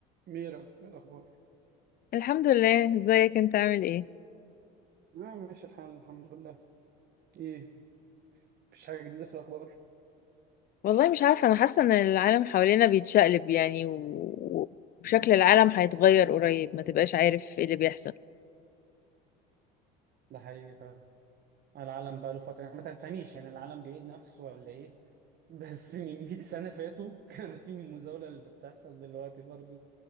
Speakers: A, on the right; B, on the left.
A: ميرا إيه الأخبار؟
B: الحمد لله ازيك انت عامل ايه
A: آه ماشي الحال الحمد لله إيه مفيش حاجة جديدة في الأخبار؟
B: والله مش عارفه انا حاسه ان العالم حوالينا بيتشقلب يعني و- وشكل العالم هيتغير قريب ما تبقاش عارف ايه اللي بيحصل
A: ده حقيقي فعلا العالم بقى له فترة يعني ما تفهميش يعني العالم بيعيد نفسه ولا ايه <laughs> بس من 100 سنة فاتوا <laughs> كان في المزاولة اللي بتحصل دلوقتي برضو